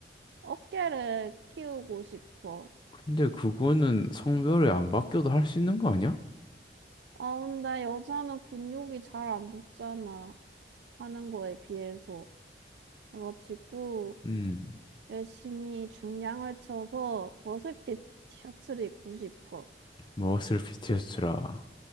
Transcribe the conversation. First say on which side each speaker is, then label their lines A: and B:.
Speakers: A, on the right (about 75°); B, on the left (about 25°).
A: 어깨를 키우고 싶어.
B: 근데 그거는 성별이 안 바뀌어도 할 수 있는 거 아니야?
A: 아, 근데 여자는 근육이 잘 안 붙잖아. 하는 거에 비해서. 그래가지고
B: 음
A: 열심히 중량을 쳐서 머슬핏 티셔츠를 입고 싶어.
B: 머슬 피티어스라